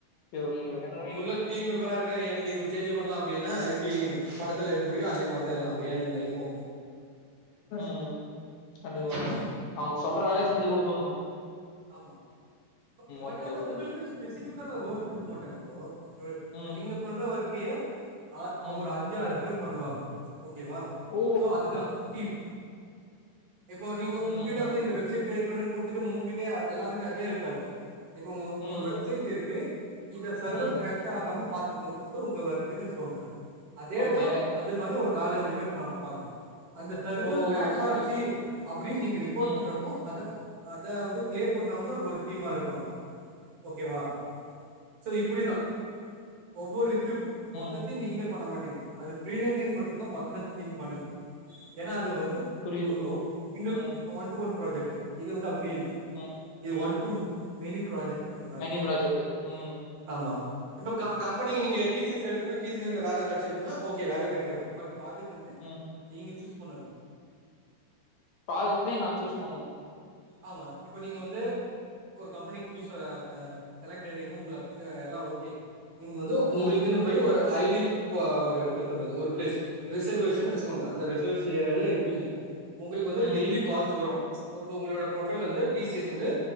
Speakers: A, on the left; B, on the right.
A: நீங்க எத்தன மணிக்கி
B: ப டீம் மெம்பரா இருக்கே எனக் இது சேஞ்சு பண்லா அப்டின்னா எப் டி படத்துல எப்பிடியோ அதே மாரிதா எல்லா ரியல் லைஃபு
A: ம் கண்டுக்க மாட்டாங்க
B: அந்த மாதிரி
A: அவுங் சொல்ற வேலைய
B: ம்
A: செஞ்சு குடுத்தர்ணு
B: ஆமா ப பட்
A: ஓகே
B: அந்த
A: ஓகே
B: உங்களுக்குன்
A: ஓகே
B: ஸ்பெசிஃபிக்காலா ரோல் குடுக் மாட்டாங்க ப்ரோ இவுரு இப்ப
A: ம்
B: நீங்க பண்ற ஒர்க் கே அ அவுரா
A: ம்
B: அஞ்சு ஆறு பேர் பண்ணுவாங்க ஓகேவா
A: ஓ
B: சோ அதுதா டீம் இப்போ நீங்க
A: ம்
B: உங்ககிட்ட வந்து
A: ம்
B: இந்த வெப்சைட் க்ரியேட் பண்ணு குடுத்துட்டு உங்ககிட்டயே எல்லாருகிட்ட அதே இருக்காது இப்ப உங்கு
A: ம்
B: ஒரு வெப்சைட் இருக்கு இத சருவர்
A: ம்
B: க்ரெஷ் ஆகாம பாத்துக்கணுன்றது உங்க ஒர்க்குன் வெச்சுக்கோங்க அதேதா
A: ஓகே
B: அது மாரி ஒரு நாலஞ்சு பேர் பாப்பாங் அந்த சருவர்
A: ஓ
B: க்ராஷ்
A: புரியுது
B: ஆச்சு
A: புரியுது புரியுது
B: அப்டின் நீங்க ரிப்போர்ட்
A: ம்
B: பண்றப்போ அத அத வந்து க்ளியர் பண்றவங்க ஒரு டீமா இருப்பாங்க ஓகேவா சோ இப்பிடிதா ஒவ்வொரு இஷ்யூக்கு
A: ம்
B: மொத்தத்தி நீங்களே பண்ண மாட்டீங்க அது ஃப்ரீலன்சிங் மட்டுந்தா மொத்தத்தி நீங்க பண்ணனு ஏனா அது வந்து
A: புரியுது
B: ஒன்
A: ப்ரோ
B: ஓ சிங்கிள்
A: ம்
B: say one two one project இது வந்து அப்பிடி இல்ல
A: ம்
B: இது ஒன் டூ மெனி ப்ராஜெக்ட் அது மாதிரி
A: மெனி ப்ராஜெக்ட்டு ம் ம்
B: ஆமா இப்ப க கம்பெனிக்கு நீங்க டி சி எஸ் எடுத்துட்டு வந் டி சி எஸ் ல வேல கெட்ச்சிர்க்னா ஓகே வேல கெடச்சிரு பட் ப்ராஜெக்ட் வந்து
A: ம்
B: நீங்க சூஸ் பண்ணனு
A: ப்ராஜெக்ட்டே நா சூஸ் பண்ணு
B: ஆமா இப்ப நீங்க வந்து ஒரு கம்பெனிக்கு சூஸ்ஸரா அ செலக்ட் ஆய்ட்டீங்னா உங்கள அப்ளிகே எல்லா ஓ கே நீங்க வந்து உங்குள்க்குன்னு
A: ம்
B: போய் ஒரு ஐடில் போ ஒரு எப்டி சொல்றது ஒரு பிளேஸ் ரிசர்வேஷன் வெச்சுக்கோங்க அந்த ரிசர்வேஷ ஏரியால இருப்பீங்க உங்களுக் வந்து
A: ம்
B: டெய்லி கால்ஸ் வரு இப்ப உங்ளோட ப்ரொஃபைல் வந்து டி சி எஸ் வந்து